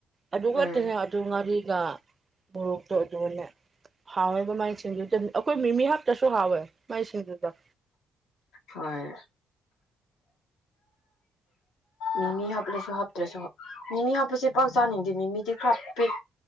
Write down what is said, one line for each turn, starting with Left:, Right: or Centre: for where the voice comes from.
Right: ꯑꯗꯨ ꯈꯛꯇꯅꯦ
Left: ꯎꯝ
Right: ꯑꯗꯨ ꯉꯥꯔꯤꯒ ꯃꯣꯔꯣꯛꯇꯣ ꯑꯗꯨꯅꯦ ꯍꯥꯎꯋꯦꯕ ꯃꯥꯏ ꯁꯤꯡꯗꯨꯨꯗ ꯑꯩꯈꯣꯏ ꯃꯤꯃꯤ ꯍꯥꯛꯇꯁꯨ ꯍꯥꯎꯋꯦ ꯃꯥꯏ ꯁꯤꯡꯗꯨꯨꯗ
Left: ꯍꯣꯏ ꯃꯤꯃꯤ ꯍꯥꯞꯂꯁꯨ ꯍꯥꯞꯇ꯭ꯔꯁꯨ ꯃꯤꯃꯤ ꯍꯥꯞꯄꯁꯦ ꯄꯥꯎ ꯆꯥꯅꯤꯡꯗꯦ ꯃꯤꯃꯤꯗꯤ ꯈꯔ ꯄꯤꯛ